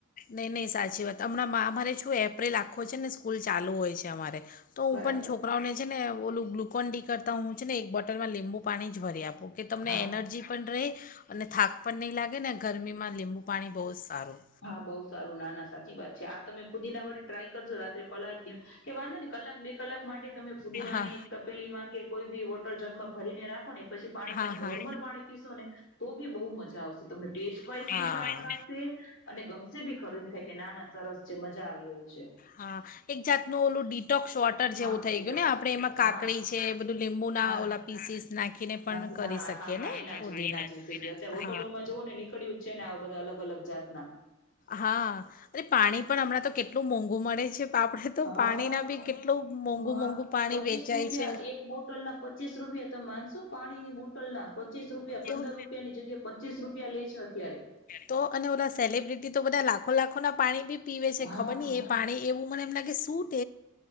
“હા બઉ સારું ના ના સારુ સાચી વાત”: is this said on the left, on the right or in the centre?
Left